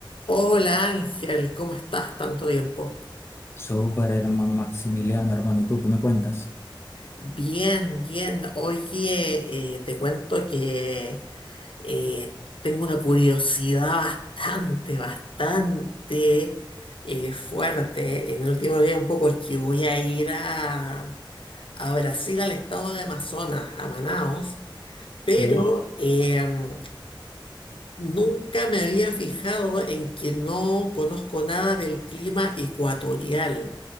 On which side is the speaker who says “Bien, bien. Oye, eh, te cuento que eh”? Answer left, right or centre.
Left